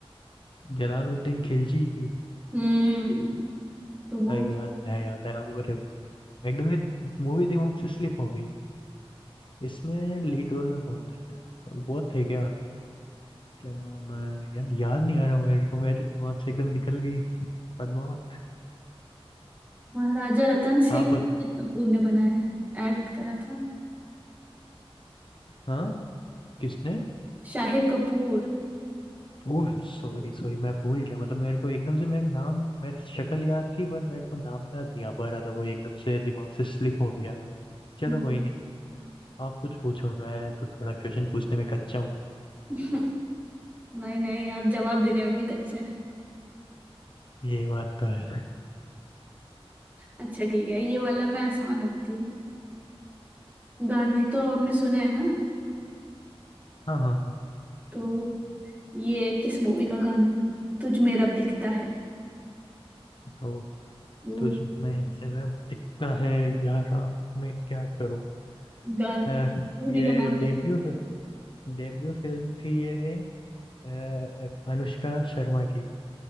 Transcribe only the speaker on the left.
जलालुद्दीन खिलजी
अ, याद है याद है अरे एकदम ये मूवी दिमाग से स्लिप हो गई इसमें लीड रोल में कौन था वो थे क्या क्या नाम है यार याद नहीं आ रहा मेरे को मेरे दिमाग से एकदम निकल गई पद्मावत
आप
बत-
हाँ किसने
ओह सॉरी सॉरी मैं भूल गया मतलब मेरे को एकदम से मेरा नाम मेरा शक्ल याद थी पर मेरे को नाम याद नहीं आ पा रहा था वो एकदम से दिमाग से स्लिप हो गया चलो
कोई नहीं आप कुछ पूछो मैं तो थोड़ा क्वेश्चन पूछने में कच्चा हूँ
ये बात तो है
हाँ हाँ हाँ
ओ
तुझ में रब दिखता है यारा मैं क्या करूँ
अह,
ये
डेब्यू
डेब्यू फिल्म थी ये है अह, अनुष्का शर्मा की